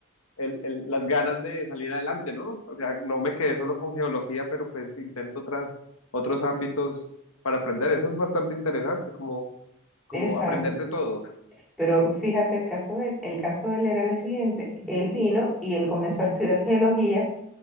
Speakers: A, on the left; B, in the centre.
A: el- el- las ganas de salir adelante, ¿no? O sea, no me quedé solo con geología, pero pues intento otras, otros ámbitos para aprender. Eso es bastante interesante, como, como
B: Exacto.
A: aprender de todo.
B: Pero fíjate, el caso de él, el caso de él era el siguiente. Él vino y él comenzó a estudiar geología